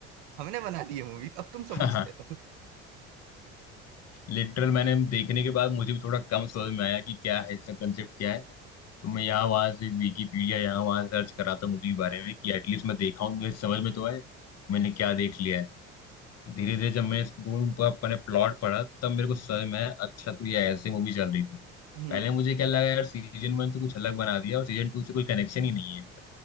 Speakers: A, on the right; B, on the left.
A: हमने बना दी है मूवी अब तुम
B: <laughs>
A: समझते
B: हाँ
A: रहो
B: लिटरल मैंने देखने के बाद मुझे भी थोड़ा कम समझ में आया कि क्या है इसका कंसेप्ट क्या है तो मैं यहाँ वहाँ से विकीपीडिया यहाँ वहाँ सर्च कर रहा था मूवी के बारे में कि एटलीस्ट मैं देखा हूँ मुझे समझ में तो आए मैंने क्या देख लिया है धीरे धीरे जब मैं इसको अपने प्लॉट पढ़ा तब मेरे को समझ में आया अच्छा तो ये ऐसे मूवी चल रही थी
A: हम्म
B: पहले मुझे क्या लगा यार सीजन वन तो कुछ अलग बना दिया और सीजन टू से कोई कनेक्शन ही नहीं है